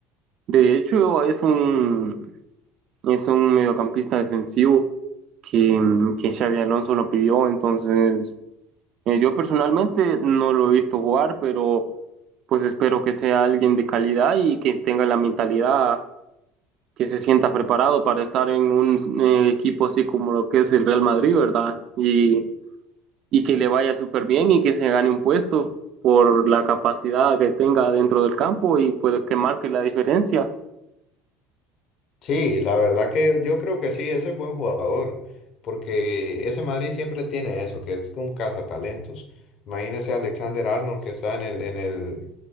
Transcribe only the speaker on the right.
de hecho es un es un mediocampista defensivo que, que Xavi Alonso lo pidió, entonces eh, yo personalmente no lo he visto jugar, pero pues espero que sea alguien de calidad y que tenga la mentalidad que se sienta preparado para estar en un eh, equipo así como lo que es el Real Madrid, ¿verdad? Y, y que le vaya súper bien y que se gane un puesto por la capacidad que tenga dentro del campo y puede que marque la diferencia.